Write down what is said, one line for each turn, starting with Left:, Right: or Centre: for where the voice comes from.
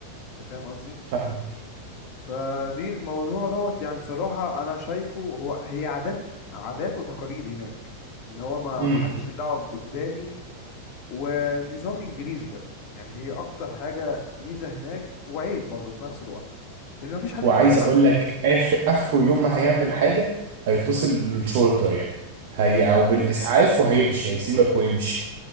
Left: انت فاهم قصدي
Right: فاهم
Left: فدي الموضوع دوت يعني بصراحة أنا شايفه هو هي عادات عادات وتقاليد هناك إن هو ما
Right: امم
Left: ما حدش ليه دعوة بالتاني ونظام إنجليزي بقى يعني هي أكتر حاجة ميزة هناك وعيب برضه في نفس الوقت إن ما فيش حد
Right: وعايز
Left: بيشيل حد
Right: اقول لك اخر اخر يوم ما هيعمل حاجه
Left: مم.
Right: هيتصل بالشرطه يعني هي او بالاسعاف وهيمشي هيسيبك ويمشي